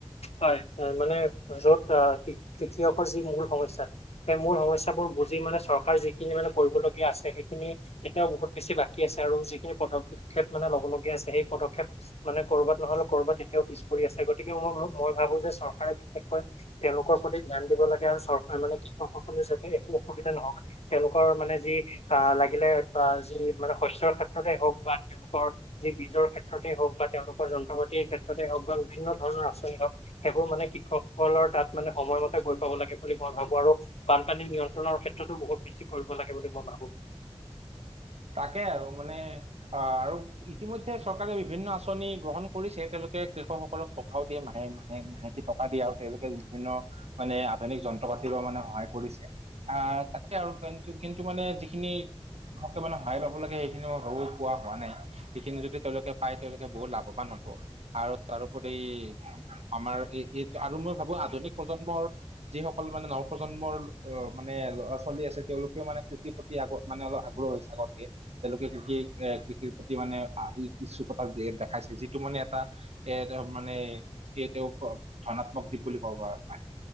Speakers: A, on the left; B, on the right.
A: হয় তাৰ‌ মানে যত আহ খেতিয়কৰ যি মূল সমস্যা সেই মূল সমস্যাবোৰ বুজি মানে চৰকাৰ যিখিনি মানে কৰিবলগীয়া আছে সেইখিনি এতিয়াও বহুত বেছি বাকী আছে আৰু যিখিনি পদক্ষেপ মানে ল'বলগীয়া আছে সেই পদক্ষেপ মানে কৰ'বাত নহলেও ক'বাত এতিয়াও পিছ পৰি আছে গতিকে মই মই ভাবো যে চৰকাৰে বিশেষকৈ তেওঁলোকৰ প্ৰতি ধ্যান দিব লাগে আৰু চৰকাৰ মানে কৃষকসকলৰ যাতে একো অসুবিধা নহওঁক তেওঁলোকৰ মানে যি আহ লাগিলে বা যি মানে শস্যৰ ক্ষেত্ৰতে হওঁক বা তেওঁলোকৰ যি বীজৰ ক্ষেত্ৰতে হওঁক বা তেওঁলোকৰ যন্ত্ৰ পাতিৰ ক্ষেত্ৰতে হওঁক বা বিভিন্ন ধৰণৰ আঁচনি হওঁক সেইবোৰ মানে কৃষকসকলৰ তাত মানে সময়মতে গৈ পাব লাগে বুলি মই ভাবো আৰু বানপানী নিয়ন্ত্ৰণৰ ক্ষেত্ৰতো বহুত বেছি কৰিব লাগে বুলি মই ভাবোঁ
B: তাকে আৰু মানে অহ আৰু ইতিমধ্যে চৰকাৰে বিভিন্ন আঁচনি গ্ৰহণ কৰিছে তেওঁলোকে কৃষকসকলক টকাও দিয়ে মাহে মাহে মাহে টকা দিয়ে আৰু তেওঁলোকে বিভিন্ন মানে আধুনিক যন্ত্ৰ পাতিৰো মানে সহায় কৰিছে আহ তাকে আৰু কিন্তু মানে যিখিনি এই মানে সহায় পাব লাগে সেইখিনি মই ভাবো পোৱা হোৱা নাই যিখিনি যদি তেওঁলোকে পায় তেওঁলোকে বহুত লাভৱান হ'ব আৰু তাৰোপৰি আমাৰ এই এই আৰু মই ভাবোঁ আধুনিক প্ৰজন্মৰ যিসকল মানে নৱপ্ৰজন্মৰ অহ মানে ল'ৰা ছোৱালী আছে তেওঁলোকেও মানে কোটিৰপ্ৰতি মানে অলপ আগ্ৰহ হৈছে আগতকে তেওঁলোকে কৃষি এ কৃষিৰ প্ৰতি মানে ইচ্ছুকতা যি দেখাইছে যিটো মানে এটা এ তেওঁ মানে ই তেওঁ ধনাত্মক দ্বীপ বুলি ক'ব পাৰি